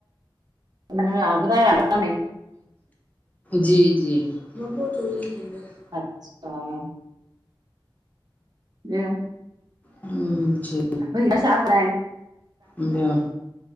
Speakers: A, on the right; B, on the left.
A: माना आग्रह जे अगत में? <unintelligible>
B: जी, जी। <unintelligible>
A: अच्छा, हा। बियो?
B: हम्म, जी।
A: भई, छा कराएन?
B: ॿयो?